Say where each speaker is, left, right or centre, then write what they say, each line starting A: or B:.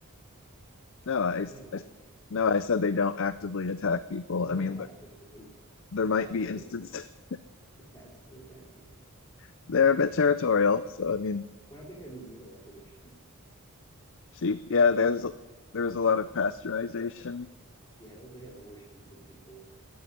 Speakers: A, on the left; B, on the left.
A: No, I,
B: I
A: s-
B: never
A: I
B: knew
A: s-
B: that.
A: no, I said they don't actively attack people.
B: Oh, they
A: I
B: don't
A: mean,
B: actively.
A: but
B: They
A: there
B: they passively
A: might be instances
B: they passively attack people.
A: <laughs> they're a bit
B: Okay.
A: territorial. So I mean,
B: When I think of New Zealand, I think of sheep
A: sheep. Yeah, there's
B: for some reason.
A: there's a lot of pasteurization.
B: Yeah, don't they have more sheep than people